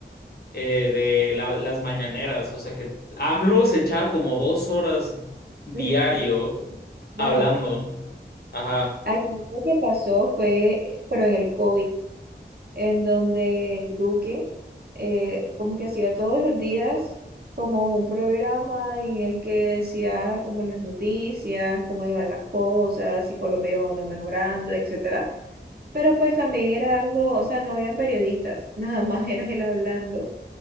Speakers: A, on the left; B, on the right.
A: eh, de la- las mañaneras, o sea que AMLO se echaba como dos horas diario
B: <laughs> Bueno,
A: hablando. Ajá.
B: aquí lo que pasó fue, pero en el COVID. en donde Duque eh, como que hacía todos los días como un programa en el que decía como las noticias, cómo iban las cosas, si Colombia iba o no mejorando, etcétera. Pero pues también era algo, o sea, no habían periodistas, <laughs> nada más era él hablando.